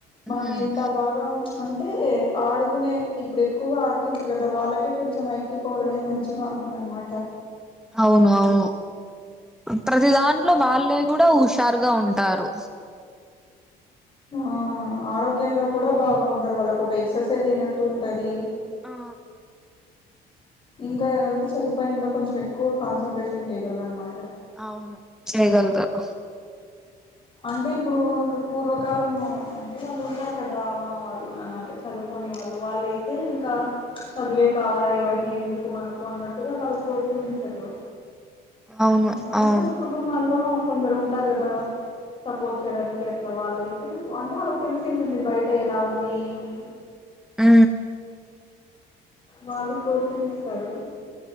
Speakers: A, on the left; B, in the centre.
A: మనం
B: ఉమ్
A: ఎంత బాగా అంటే ఆడుకునే ఇప్పుడు ఎక్కువగా ఆడుతుంటారు కదా వాళ్ళకే కొంచెం ఐక్యూ పవర్ అనేది మంచిగా ఉంటుందనమాట
B: అవును అవును ప్రతి దాంట్లో వాళ్ళే కూడా ఉషారు గా ఉంటారు
A: ఆ ఆరోగ్యంగా కూడా బాగా ఉంటారు వాళ్ళకు ఒక ఎక్స్‌ర్‌సైజ్ అయినట్టు ఉంటది
B: ఆ
A: ఇంకా అంటే చదువు పైన ఇంగ కొంచెం ఎక్కువ కాన్సట్రేషన్ చేయగలరు అన్మాట
B: అవును చేయగలతారు
A: అంటే ఇప్పుడు ఇంకా పూర్వకాలము అంటే వాళ్ళు ఉంటారు కదా అమ్మ వాళ్ళు నాన్న వాళ్ళు అంటే చదువుకో కొని వాళ్ళు వాళ్ళయితే ఇంకా చదువే కావాలా ఇవన్నీ ఎందుకు మనకు అన్నట్టుగా వాళ్ళు ప్రోత్సహించరు
B: అవును
A: కానీ
B: అవును
A: కొన్ని కుటుంబాల్లో కొందరు ఉంటారు కదా సపోర్ట్ చేయడానికి అట్ల వాళ్ళయితే అంటే వాళ్ళకి తెలిసి ఉంటుంది బయట ఎలా ఉంది ఏమి
B: ఊ
A: వాళ్ళు ప్రోత్సహిస్తారు